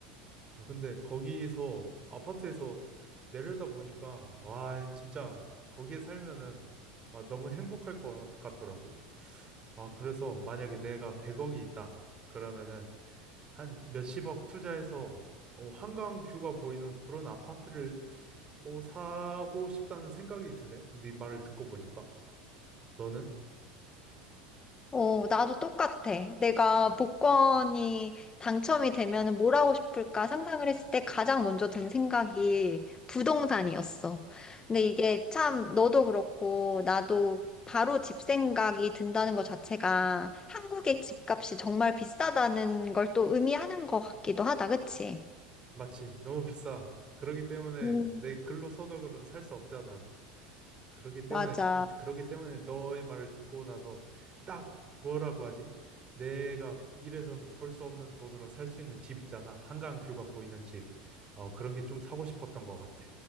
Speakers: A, on the right; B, on the left.
A: 아, 근데 거기서 아파트에서 내려다 보니까 와, 진짜 거기에 살면은 아, 너무 행복할 것 같더라고. 아, 그래서 만약에 내가 100억이 있다. 그러면은 한 몇십억 투자해서 어, 한강 뷰가 보이는 그런 아파트를 어, 사고 싶다는 생각이 드네. 네 말을 듣고 보니까. 너는?
B: 어, 나도 똑같아. 내가 복권이 당첨이 되면은 뭘 하고 싶을까 상상을 했을 때 가장 먼저 든 생각이 부동산이었어. 근데 이게 참 너도 그렇고 나도 바로 집 생각이 든다는 것 자체가 한국의 집값이 정말 비싸다는 걸 또 의미하는 것 같기도 하다. 그치?
A: 마치 너무 비싸. 그러기 때문에
B: 음.
A: 내 근로소득으로는 살 수 없잖아. 그러기 때문에
B: 맞아,
A: 그러기 때문에 너의 말을 듣고 나서 딱 뭐라고 하지? 내가 일해서는 벌 수 없는 돈으로 살 수 있는 집 있잖아. 한강 뷰가 보이는 집. 어, 그런 게 좀 사고 싶었던 것 같아.